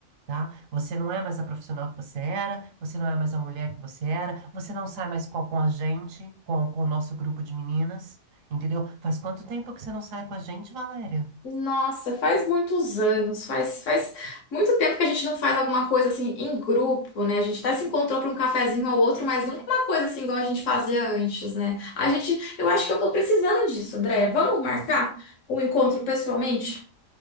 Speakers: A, on the right; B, on the left.
A: tá? Você não é mais a profissional que você era, você não é mais a mulher que você era, você não sai mais com, com a gente, com, com o nosso grupo de meninas, entendeu? Faz quanto tempo que você não sai com a gente, Valéria?
B: Nossa, faz muitos anos, faz, faz muito tempo que a gente não faz alguma coisa assim em grupo, né? A gente até se encontrou para um cafezinho ou outro, mas nunca uma coisa assim igual a gente fazia antes, né? A gente, eu acho que eu tô precisando disso, André. Vamos marcar o encontro pessoalmente?